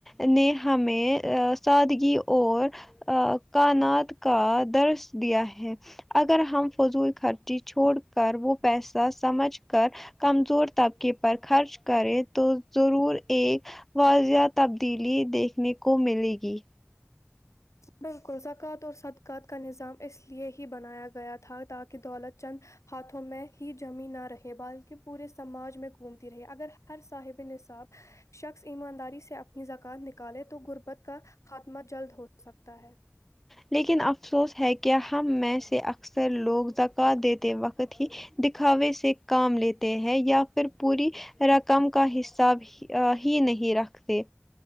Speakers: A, in the centre; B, on the left.
A: نے ہمیں سادگی اور کانات کا درس دیا ہے اگر ہم فضول خرچی چھوڑ کر وہ پیسہ سمجھ کر کمزور طبقے پر پر خرچ کرے تو ضرور ایک واضح تبدیلی دیکھنے کو ملے گی
B: بالکل زکوۃ اور صدقات کا نظام اس لیے ہی بنایا گیا تھا تاکہ دولت چند ہاتھوں میں ہی جمییں نہ رہے بلکہ پورے سماج میں گھومتی رہی اگر ہر صاحب نصاب شخص ایمانداری سے اپنی زکات نکالے تو غربت کا خاتمہ جلد ہوتا ہو سکتا ہے
A: لیکن افسوس ہے کہ ہم میں سے اکثر لوگ زکات دیتے وقت ہی دکھاوے سے کام لیتے ہیں یا پھر پوری رقم کا حساب ا ہی نہیں رکھتے